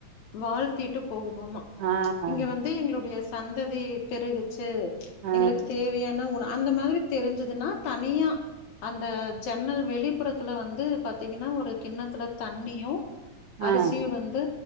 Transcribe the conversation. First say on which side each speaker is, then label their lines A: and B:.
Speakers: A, on the left; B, on the right.
A: வாழ்த்திட்டு போகுமாமா
B: ஆ
A: இங்க வந்து எங்களுடைய சந்ததி பெருகிச்சி
B: ஆ
A: எங்ளுக்கு தேவையான உண அந்த மாதிரிப் தெரிஞ்சதுனா தனியா அந்த ஜன்னல் வெளிப்புறத்துல வந்து பத் பத்தீங்னா ஒரு கிண்ணத்துல தண்ணியு அரிசிய
B: ஆ
A: வந் இது